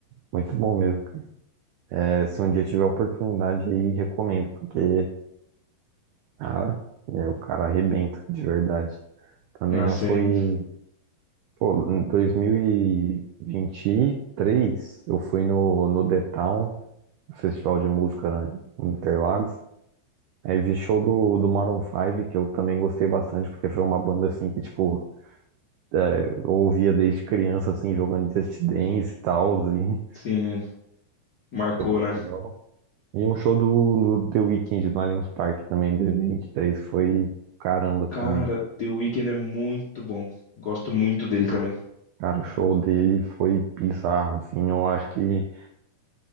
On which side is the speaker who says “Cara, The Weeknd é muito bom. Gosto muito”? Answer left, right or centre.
Left